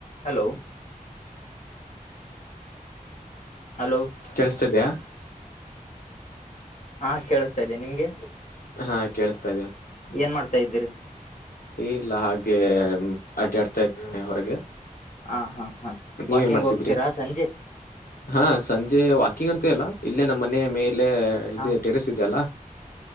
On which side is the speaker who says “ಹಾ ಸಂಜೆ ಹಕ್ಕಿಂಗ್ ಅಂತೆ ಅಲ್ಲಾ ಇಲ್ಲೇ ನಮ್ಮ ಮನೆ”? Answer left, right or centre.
Left